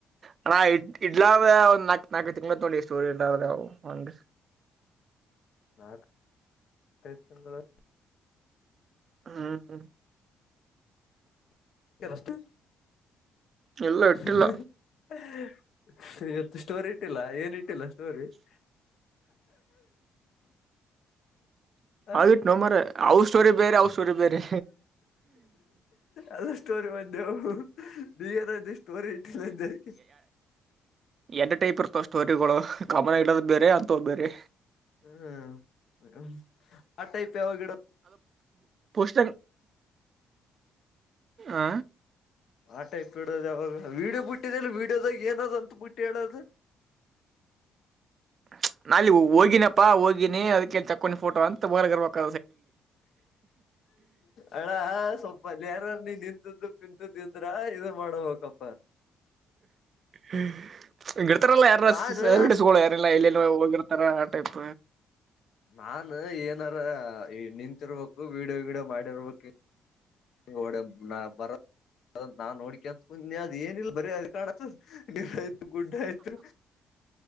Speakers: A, on the right; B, on the left.
A: ಹಣ ಇ ಇಡ್ಲ ಒಂದ್ ನಾಕ್ ನಾಲ್ಕು ತಿಂಗ್ಳ ನೋಡಿ ಸ್ಟೋರಿ ಇವು ಹಂಗ <inaudible>
B: ನಾಲ್ಕು ತಿಂಗಳು
A: ಹ್ಮ್
B: <unintelligible>
A: ಇಲ್ಲ ಇಟ್ಟಿಲ್ಲ
B: ಹಾ ಹ ಇವತ್ತು ಸ್ಟೋರಿ ಇಟ್ಟಿಲ್ಲ ಏನ್ ಇಟ್ಟಿಲ್ಲ ಸ್ಟೋರಿ <inaudible> ಆ
A: ಅವ ಇಟ್ನೊ ಮಾರಾಯ್ ಅವ ಸ್ಟೋರಿ ಬೇರೆ ಅವ ಸ್ಟೋರಿ ಬೇರೆ
B: ಎಲ್ಲ ಸ್ಟೋರಿ ಬಂದೆವು ಬಏನ ಸ್ಟೋರಿ ಇಟ್ಟಿಲ್ಲಂದ <inaudible> <unintelligible>
A: ಎರಡ್ ಟೈಪ್ ಇರ್ತಾವ ಸ್ಟೋರಿಗಳು ಕಾಮನ್ ಆಗಿ ಇಡೋದ್ ಬೇರೆ ಅಂತವ್ ಬೇರೆ
B: ಹ್ಮ್ ಆ ಟೈಪ್ ಯಾವ ಗಿಡ
A: ಪೋಸ್ ಆ
B: ಆಟೈಪ್ ಇಡೋದು ಯಾವಾಗ ವೀಡಿಯೋ ಬಿಟ್ಟಿದೆಲ್ ವೀಡಿಯೋದಾಗ ಏನದ ಅಂತ ಬುಟ್ಟಿ ಹೇಳದು
A: <inaudible> ನಾ ಅಲ್ಲಿ ಹೋಗಿನಪ್ಪಾ ಹೋಗಿನಿ ಅದಕ್ಕೆ ತಕ್ಕೊಂಡಿನಿ ಫೋಟೋ ಅಂತ ಬೋರಗರ್ಬೇಕ
B: ಅಣ್ಣಾ ಸ್ವಲ್ಪ ಅಲ್ಲಿ ಯಾರೋ ನಿನ್ ಅಂತದ್ದು ಪಿಂತದ್ದು ಇದ್ರ ಇದು ಮಾಡಬೇಕಪ್ಪ
A: ಹ್ಮ್ ಗಿಡ್ತಾರಲ್ಲ ಯಾರ
B: ನಾನು
A: ಸ ಸರಿಟಿಸ್ ಗೊಳ್ ಯಾರೆಲ್ಲ ಯಲ್ಲೆಲ್ಲಿ ಹೋಗಿರ್ತಾರ ಆ ಟೈಪ್
B: ನಾನ್ಏನಾರ ನಿಂತಿರ್ಬೇಕು ವಿಡಿಯೋ ವೀಡಿಯೋ ಮಾಡಿರ್ಬೇಕ್ ಹೊಡೋಗ್ ನಾ ಬರ ನಾನ್ ನೋಡ್ಕ್ಯಾಂತ ತುಂತಿನಿ ಅದ ಏನಿಲ್ಲ ಬರ ಕಸ ಆಯ್ತು ಗುಡ್ಡ ಆಯ್ತು